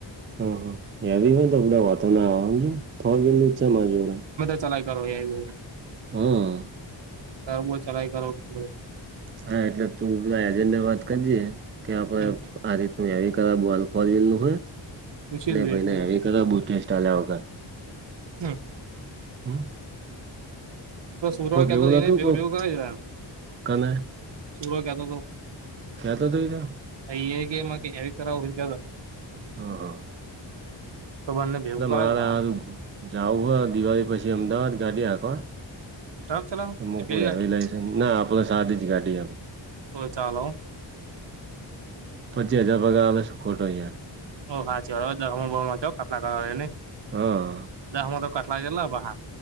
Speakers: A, on the right (about 30°); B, on the right (about 65°).
A: હા હા એવી હોય ને તો અમને બતાવવાનું આવજે શું કીધું છે મજૂરી.
B: ચલાયા કરો એવું.
A: હા.
B: તરબો ચલાઈ કરો ખૂબ જ
A: હા એટલે તું પેલા એજન્ડે વાત કરીજે કે આપડ
B: હમ
A: આ રીત ને એવી કર બો અલ્ફોરલ નું હોય
B: પૂછી
A: ને પાઇ ને એવી કર બુ ટેસ્ટ્યા હલ્યા વગર.
B: <unintelligible>
A: હામ.
B: તો સૂરોએ કતો
A: એવું
B: એને
A: નતું
B: ભવું
A: કોક
B: ભેગું કરાઈ લેવાનું
A: કને
B: સુરો કહેતો હતો.
A: કહેતો હતો <unintelligible>
B: પાઇ એ કેમ કે એડિટ કરાવુ હોય <unintelligible>
A: હા હા.
B: તો બંને ભેગું
A: એટલે
B: કરેલું
A: મારે
B: આ
A: જાવું હો દિવાળી પછી અમદાવાદ ગાડી હાંકવા
B: ટ્રક ચલાવો
A: તો મો
B: કે પેલી
A: કોઈ
B: ગાડી
A: હેવી લાયસન્સ એમના આપણે સાધ જ ગાડી આપ
B: હા ચાલો હો.
A: પચીસ હજાર પગાર અમે ખોટવીએ.
B: ઓ હચે આ દાહોમા બુ મજા <unintelligible> ગળવા એને
A: હા
B: દાહોમાં માં <unintelligible> ગેલા પાહ.